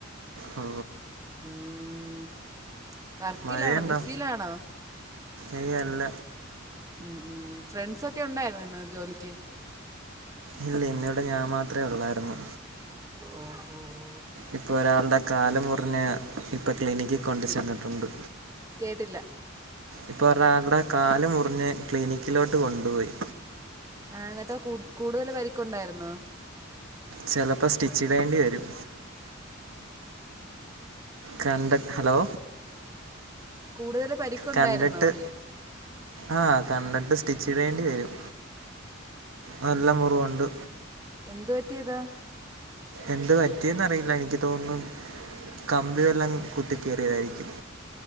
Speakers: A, on the right; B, on the right.
A: ഓ
B: ഊം വർക്കിലാണോ
A: മഴയുണ്ടോ
B: ബിസിയിലാണോ
A: ഏയ് അല്ല
B: ഉം ഉം ഫ്രണ്ട്സൊക്കെ ഉണ്ടായിരുന്നൊ ഇന്ന് ജോലിക്ക്
A: ഇല്ല ഇന്നിവിടെ ഞാൻ മാത്രേ ഉള്ളായിരുന്നു
B: ഓഹോ
A: ഇപ്പൊ ഒരാളുടെ കാല് മുറിഞ്ഞ ഇപ്പൊ ക്ലിനിക്കിൽ കൊണ്ട്
B: പി
A: ചെന്നിട്ടുണ്ട്
B: കേട്ടില്ല
A: ഇപ്പ ഒരാളുടെ കാല് മുറിഞ്ഞ് ക്ലിനിക്കിലോട്ട് കൊണ്ടുപോയി
B: ആ എന്നിട്ടാ കു കൂടുതൽ പരിക്ക്ണ്ടായിരുന്നോ
A: ചിലപ്പോ സ്റ്റിച്ച് ഇടേണ്ടി വരും കണ്ടക് ഹലോ
B: കൂടുതല് പരിക്കുണ്ടായിരുന്നോ
A: കണ്ടിട്ട് ആ കണ്ടിട്ട് സ്റ്റിച്ച് ഇടേണ്ടി വരും. നല്ല മുറിവുണ്ട്
B: എന്ത് പറ്റിയതാ
A: എന്ത് പറ്റിന്ന്റിയില്ല എനിക്ക് തോന്നുന്നു കമ്പിയെല്ലാം കുത്തി കേറിയതായിരിക്കും